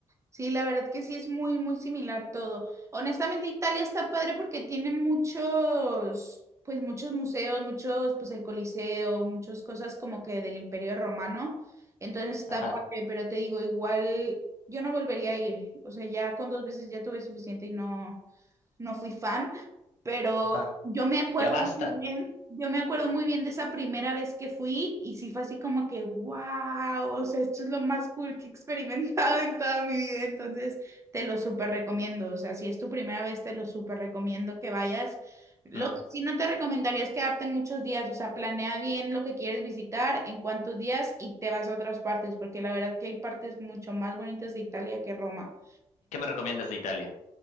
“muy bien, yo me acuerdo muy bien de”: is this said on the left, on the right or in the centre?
Right